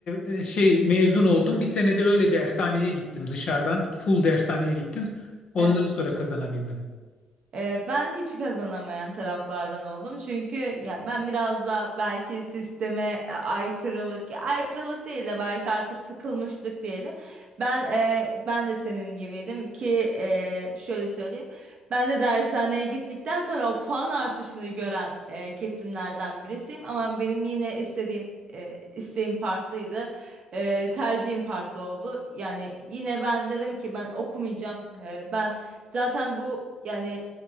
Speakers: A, on the left; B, on the right.
A: e, e, şey mezun oldum. Bir senede öyle dershaneye gittim dışarıdan. Full dershaneye gittim. Ondan
B: Evet.
A: sonra kazanabildim.
B: Ee, ben hiç kazanamayan taraflardan oldum. Çünkü ya ben biraz da belki sisteme e, aykırılık, ya aykırılık değil de belki artık sıkılmışlık diyelim. Ben e, ben de senin gibiydim ki e, şöyle söyleyeyim. Ben de dershaneye gittikten sonra o puan artışını gören e, kesimlerden birisiyim. Ama benim yine istediğim e, isteğim farklıydı. E, tercihim farklı oldu. Yani yine ben dedim ki ben okumayacağım. E, ben zaten bu yani